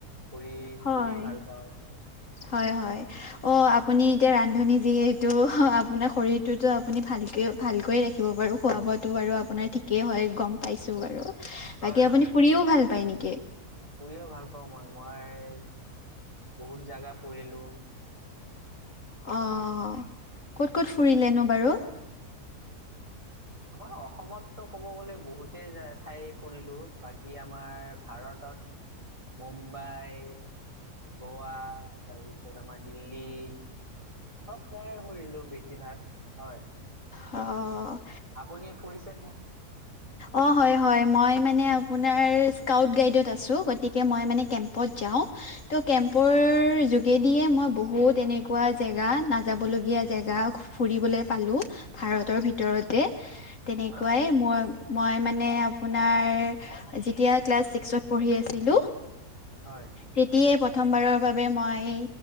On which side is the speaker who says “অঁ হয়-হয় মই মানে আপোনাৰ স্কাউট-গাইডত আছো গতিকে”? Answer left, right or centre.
Left